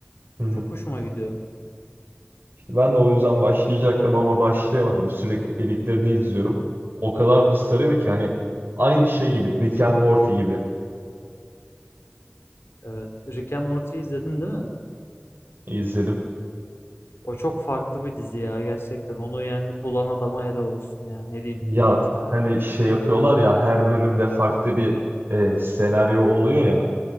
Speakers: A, on the right; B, on the left.
A: Hı hı.
B: Çok hoşuma gidiyor.
A: İşte ben de o yüzden başlayacaktım ama başlayamadım. Sürekli editlerini izliyorum. O kadar sarıyor ki hani aynı şey gibi Rick and Morty gibi
B: Evet. Rick and Morty izledin değil mi?
A: izledim.
B: O çok farklı bir dizi ya gerçekten. Onu yani bulan adama helal olsun ya. Ne diyeyim?
A: Ya hani şey yapıyorlar ya her bölümde farklı bir e, senaryo oluyor ya.